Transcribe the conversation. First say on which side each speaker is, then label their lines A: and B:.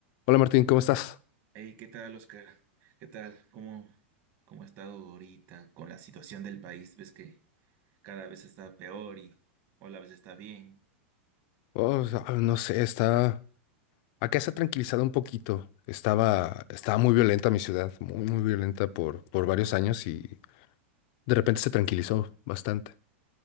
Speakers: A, on the left; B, on the right.
A: Hola Martín, ¿cómo estás?
B: Hey, ¿qué tal, Oscar? ¿Qué tal? ¿Cómo, cómo ha estado ahorita con la situación del país? Ves que cada vez está peor y o la vez está bien.
A: Oh, ah, no sé, está... Acá se ha tranquilizado un poquito. Estaba, estaba muy violenta mi ciudad, muy, muy violenta por, por varios años y de repente se tranquilizó bastante.